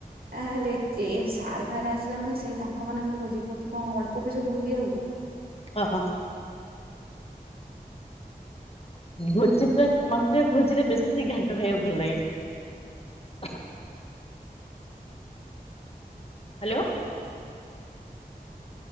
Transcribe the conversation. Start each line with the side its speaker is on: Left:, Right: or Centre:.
Right: ତା ହେଲେ ଏ ସାର ଫାର୍ ଆସିଲା ମାନେ ସେଇ ତାଙ୍କ ମାନଙ୍କର ଭୋଜି କରୁ କଣ ଅଳ୍ପ ପଇସା ଦବୁ କି ଆଉ।
Left: ହଁ ହଁ। ଭୋଜି ପୁରା ମତେ ଭୋଜିରେ ବେଶୀ ଘାଣ୍ଟ ଖାଇବାକୁ ଭଲ ଲାଗେ। ହ୍ୟାଲୋ।